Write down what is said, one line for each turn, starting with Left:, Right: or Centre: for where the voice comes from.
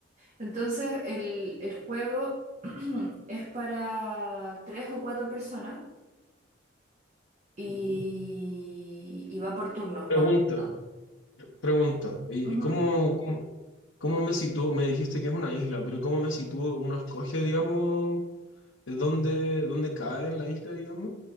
Right: Entonces, el, el juego <clears throat> es para tres o cuatro personas y,
Left: ujú.
Right: y va por turnos,
Left: Pregunta,
Right: va por...
Left: pregunta, ¿y
Right: Ujú.
Left: y cómo, cómo, cómo me sitúo? Me dijiste que es una isla, pero ¿cómo me sitúo? ¿Uno escoge, digamos, eh, dónde, dónde cae en la isla, digamos?